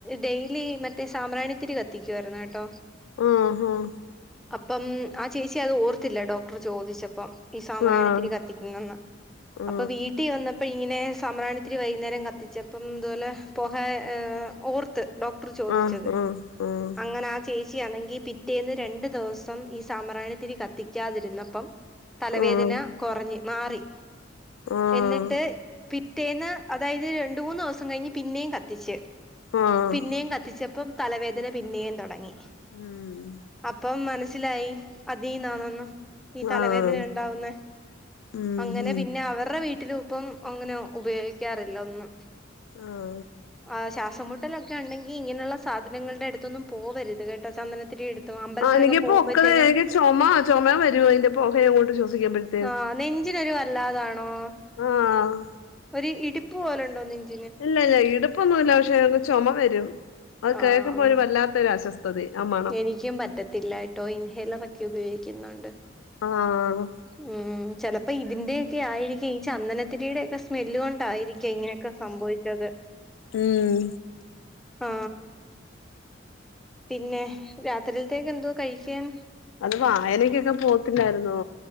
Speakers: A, in the centre; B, on the left.
A: ഡെയ്ലി മറ്റേ സമ്പ്രാണിതിരി കത്തിക്കുവായിരുന്നു കെട്ടോ
B: ഉം ഹും
A: അപ്പം ആ ചേച്ചി അത് ഓർത്തില്ല ഡോക്ടർ ചോദിച്ചപ്പം ഈ സാമ്പ്രാണി
B: ആഹ് ആഹ്
A: തിരി കത്തിക്കുന്നെന്ന്
B: ആഹ്
A: അപ്പൊ വീട്ടിവന്ന് അപ്പ ഇങ്ങനെ സമ്പ്രാണിതിരി വൈകുന്നേരം കത്തിച്ചപ്പം ഇതുപോലെ പുഹേ ഓർത്ത് ഡോക് ക്ടർ ചോദിച്ചത്
B: ആഹ് ആഹ് ആഹ് ആഹ്
A: അങ്ങന ആ ചേച്ചിയാന്നെങ്കി പിറ്റേന്ന് രണ്ട് ദിവസം ഈ സമ്പ്രാണിതിരി കത്തിക്കാതിരുന്നപ്പം തലവേധന
B: ആഹ്
A: കുറഞ്ഞ് മാറി
B: ആഹ്
A: എന്നിട്ട് പിറ്റേന്ന് അതായത് രണ്ട് മൂന്ന് ദിവസം കഴിഞ്ഞ് പിന്നെയും കത്തിച്ച്
B: ആഹ്
A: പിന്നെയും കത്തിച്ചപ്പോ പ്പം തലവേധന പിന്നെയും തുടങ്ങി
B: ഉം
A: അപ്പം മനസ്സിലായി അതീന്നാന്നെന്ന് ഈ തലവേ
B: ആഹ്
A: ധന ഉണ്ടാവുന്നേ
B: ഉം
A: അങ്ങനെ
B: ഉം
A: പിന്നെ അവർടെ വീട്ടിലുപ്പം അങ്ങനെ ഉപയോഗിക്കാറില്ല ഒന്നും
B: ആഹ്
A: ആ ശ്വാസമുട്ടലൊക്കെ ഉണ്ടാകില് ഇങ്ങനെയുള്ള സാധനങ്ങളുടെ അടുത്തൊന്നും പോവരുത് കേട്ടോ ചന്ദനത്തിരിയുടെ അടുത്ത് തൊഴാ അമ്പലത്തിലൊക്കെ
B: ആഹ് എനിക്കിപ്പോ
A: പോകുമ്പോഴത്തേനും
B: ഒക്കത് എനിക്ക് ചുമ ചുമാ വരുവതിൻ്റെ പുകയങ്ങോട്ട് ശോഷിക്കുമ്പോഴേക്കും
A: ആ നെഞ്ചിനൊരു വല്ലാതാണോ
B: ആഹ്
A: ഒരു ഇടിപ്പ് പോലുണ്ടോ നെഞ്ചി
B: ഇല്ല ഇല്ല ഇടുപ്പൊന്നുല്ല പക്ഷെ ചുമ വരും അത്
A: ആഹ്
B: കേൾക്കുമ്പോ ഒരു വല്ലാത്തൊരു അസ്വസ്ഥ ത്തതയ് ആ മ
A: എനിക്കും പറ്റത്തില്ലാട്ടോ ഇൻഹേലർ ഒക്കെ ഉപയോഗിക്കുന്നുണ്ട്
B: ആഹ്
A: ഉം ചിലപ്പോ ഇതിൻ്റെയൊക്കെ ആയിരിക്കും ഈ ചന്ദനത്തിരിയുടേക്കെ സ്‌മെൽ കൊണ്ടായിരിക്കും ക്കെ ഇങ്ങനെക്കെ സംഭവിച്ചത്
B: ഉം
A: ആ പിന്നെ രാത്രിത്തിലേക്ക് എന്തോ കഴിക്കാൻ
B: അത് വായനക്കൊക്കെ പോകത്തില്ലാരുന്നോ